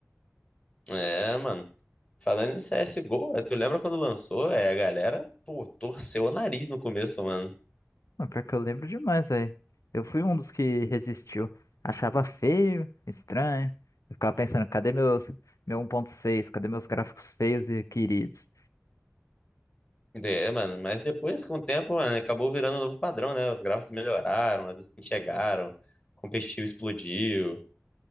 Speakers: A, on the left (about 20°); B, on the left (about 85°).
A: É, mano. Falando em CSGO, é, tu lembra quando lançou? É, a galera, pô, torceu o nariz no começo, mano.
B: O pior que eu lembro demais, velho. Eu fui um dos que resistiu. Achava feio, estranho. Eu ficava pensando, cadê meus, meu 1.6? Cadê meus gráficos feios e queridos?
A: É, mano, mas depois, com o tempo, mano, acabou virando um novo padrão, né? Os gráficos melhoraram, as skins chegaram, o competitivo explodiu.